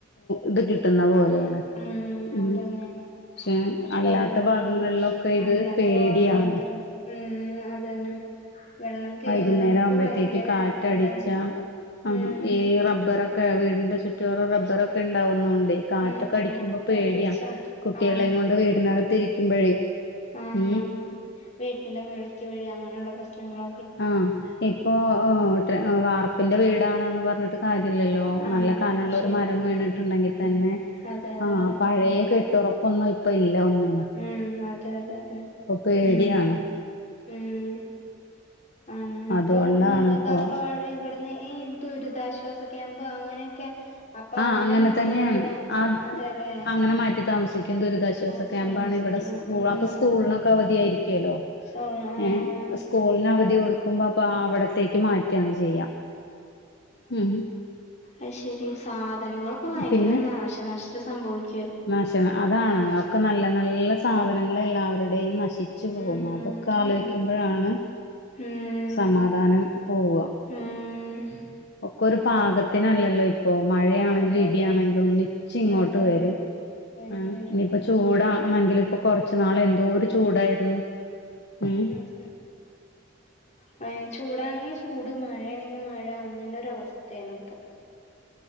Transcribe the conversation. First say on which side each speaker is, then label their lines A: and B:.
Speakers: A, on the left (about 55°); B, on the left (about 35°).
A: ഇത് കിട്ടുന്ന പോലെയാണ്
B: മ്മ്
A: ഉം
B: അതന്നെ
A: പക്ഷെ
B: പഷെ
A: അല്ലാത്ത
B: <unintelligible>
A: ഭാഗങ്ങളിലൊക്കെ ഇത്
B: അല്ലാത്ത
A: പേടിയാണ്
B: ഭാഗം ഭയങ്കരം മ് അതന്നെ വെള്ളം കേറുന്നത്
A: വൈകുന്നേര ആവുമ്പോഴത്തേക്ക്
B: ഭയങ്കര
A: കാറ്റടിച്ച
B: ഇതാണ്
A: ആഹ്
B: ഉം
A: ഈ റബ്ബർക്കെ ക്കെ വീടിന്റെ ചുറ്റുവറ റബ്ബറൊക്കെ ണ്ടാവുന്നോണ്ടെ കാറ്റൊക്കെ
B: ഉം ആഹ്
A: ടിക്കുമ്പോ
B: കാറ്റടിച്ചാ
A: പേട്യ കുട്ടികളേം
B: ആഹ്
A: കൊണ്ട് വീടിനകത്തി രിക്കുമ്പോഴേ
B: ആഹ്
A: ഉം
B: വീട്ടിന്റെ മേളിക്ക് വീഴ അങ്ങനെള്ള പ്രശ്നങ്ങള്
A: ആഹ് ഇപ്പോ എഹ് വാർപ്പിന്റെ വീടാണന്ന് പർഞ്ഞിട്ട് കാര്യല്ലല്ലോ
B: ആഹ്
A: നല്ല കനള്ള
B: ശരിയാണ്
A: ഒരു മരം വീണ്ട്ട്ണ്ടെങ്കി തന്നെ
B: അതെ അതെ
A: ആഹ്
B: അതെ
A: പഴയെ കെ തൊറപ്പൊന്നും ഇപ്പ ഇല്ല ഒന്ന
B: ഉം അതെ അതെ അതെ
A: പേടിയാണ്
B: ഉം ഉം അങ്ങനെ
A: അതുകൊണ്ടാണ്
B: പ്പൊ ന്ന് ങ്ങക്ക്
A: ഇപ്പോ
B: അപ്പൊ വെ പ ഇവിടന്ന് ഈ ദുരിതാശ്വാസ ക്യാമ്പ് അങ്ങനെയൊക്കെ അപ്പൊ
A: ആഹ് അങ്ങനെ തന്നെയാണ്
B: മാറ്റി താമസി
A: ആഹ്
B: അതെല്ലേ
A: അങ്ങനെ മാറ്റി താമസിക്കും ദുരിതാശ്വാസ
B: മാറ്റി
A: ക്യാമ്പാണ്
B: താമസിക്കും
A: ഇവിടെ സ്കൂ
B: ഉം
A: അപ്പൊ സ്കൂള്നൊക്കെ അവധിയായിരിക്കുല്ലോ
B: സോ ആഹ്
A: ഏഹ് സ്കൂൾന്
B: നമ്മുടെ
A: അവധി കൊടുക് കുമ്പോ അപ്പൊ അവിടത്തേക്ക് മാറ്റാണ് ചെയ്യ ഉം
B: അഹ് ശെരി സാധനങ്ങളൊക്കെ ഭയങ്കര
A: പിന്നെ
B: നാശനഷ്ടം സംഭവിക്
A: നശ അതാണ് ഒക്കെ നല്ല നല്ല സാധനങ്ങൾ എല്ലാവരുടെയും നശിച് ച്ചു പോഉം
B: ഉം
A: അതൊക്കെ ആലോയ്ക്കുമ്പഴാണ്
B: ഉം
A: സമാധാനം പോവ
B: ഉം
A: ഒക്കെ ഒരു പാകത്തിനല്ലല്ലോ ഇപ്പോ മഴയാണെങ്കിലും
B: അതെ
A: ഇടിയണെങ്കിലും
B: അതെ
A: ഒന്നിച്ച് ങ്ങോട്ട്
B: അതെ
A: വരും
B: അതെ വേഗം
A: ആഹ്
B: വരും
A: ഇനിപ്പ ചൂടാണെങ്കില്
B: ഉം
A: പ്പൊ കൊറച്ചു നാളെ ന്തോര് ചൂടായിരുന്നു ഉം
B: ഉം പയ് ചൂടാണെങ്കി ചൂട് മഴയാണെങ്കി മഴ അങ്ങനൊര് അവസ്ഥേണ് പ്പൊ